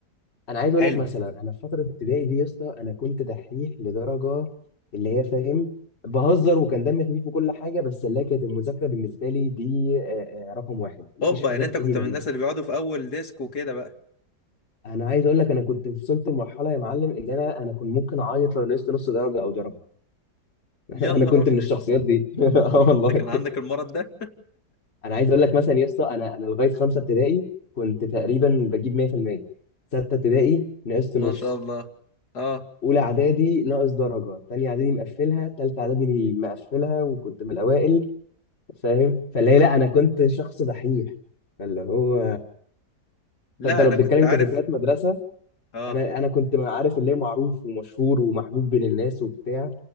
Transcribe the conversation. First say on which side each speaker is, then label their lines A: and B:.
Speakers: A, on the left; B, on the left.
A: انا عايز
B: حلو
A: اقول لك مثلا انا في فتره ابتدائي دي يا اسطى انا كنت دحيح لدرجه اللي هي فاهم بهزر وكان دمي خفيف وكل حاجه بس اللي هي كانت المذاكره بالنسبه لي دي آه، آه، رقم واحد مفيش
B: اوبا
A: حاجه
B: يعني انت
A: بتيجي
B: كنت
A: جنبها
B: من الناس اللي بيقعدوا في اول ديسك وكده بقى
A: انا عايز اقول لك انا كنت وصلت لمرحله يا معلم ان انا انا كنت ممكن اعيط لو نقصت نص درجه او درجه <laughs>
B: يا
A: انا
B: نهار
A: كنت
B: ابيض
A: من الشخصيات
B: <laughs>
A: دي <laughs> اه والله
B: انت كان عندك المرض ده
A: انا عايز اقول لك مثلا يا اسطى انا انا لغايه خمسه ابتدائي كنت تقريبا بجيب 100% سته ابتدائي نقصت
B: ما
A: نص
B: شاء الله اه
A: اولى اعدادي ناقص درجه تانية اعدادي مقفلها تالتة اعدادي مقفلها وكنت من الاوائل فاهم فاللي هي لا انا كنت شخص دحيح فاللي هو
B: لا
A: فانت لو
B: انا
A: بتتكلم
B: كنت عارف
A: كذكريات مدرسه
B: اه
A: انا انا كنت ما عارف اللي هي معروف ومشهور ومحبوب بين الناس وبتاع